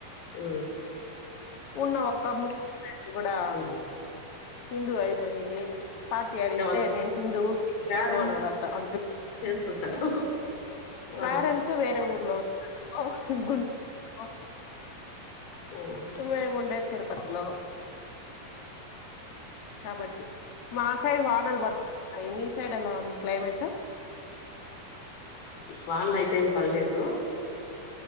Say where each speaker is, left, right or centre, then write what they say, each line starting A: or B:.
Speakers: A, on the left; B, on the left.
A: ఆ
B: ఉన్నా ఒక్క ముస్ కూడా
A: ఉమ్.
B: హిందూ అయిపోయిందీ. పార్టీ అడిగితే
A: అంటే వాళ్ళ
B: నేను హిందువూ <inaudible>
A: పేరెంట్స్
B: అనడత అంటుంద్
A: చేసుకుంటారు ఆ,
B: పేరెంట్స్ వేరే ఊరు. లోర్ అహోక్ <unintelligible> గుడ్ ఔ
A: ఆ.
B: <unintelligible> తిరుపతిలో కాబట్టి మా సైడ్ వానలు పడుతున్నాయి. మీ సైడ్ ఎలా ఉంది క్లైమేటూ.
A: వాన్లయితే ఏం పడలేదూ.